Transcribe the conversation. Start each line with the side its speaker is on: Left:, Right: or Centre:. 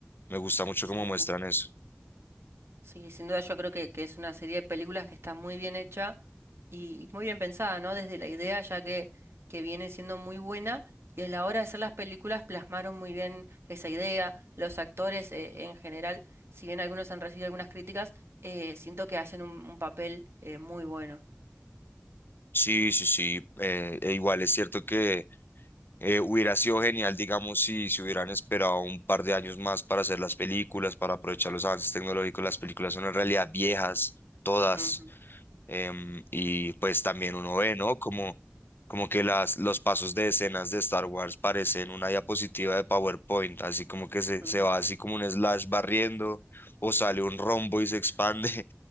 Left: Me gusta mucho
Right: Exactamente.
Left: cómo muestran eso.
Right: Sí, sin duda yo creo que, que es una serie de películas que está muy bien hecha y muy bien pensada, ¿no? Desde la idea ya que, que viene siendo muy buena y a la hora de hacer las películas plasmaron muy bien esa idea. Los actores eh, en general, si bien algunos han recibido algunas críticas, eh, siento que hacen un, un papel eh, muy bueno.
Left: Sí, sí, sí. eh, e igual es cierto que Eh, hubiera sido genial, digamos, si se hubieran esperado un par de años más para hacer las películas, para aprovechar los avances tecnológicos. Las películas son en realidad viejas, todas.
Right: Ujú,
Left: em, y pues también uno ve, ¿no? Como, como que las, los pasos de escenas de Star Wars parecen una diapositiva de PowerPoint, así como que se,
Right: ujú.
Left: se va así como un slash barriendo, o sale un rombo y se expande. <laughs>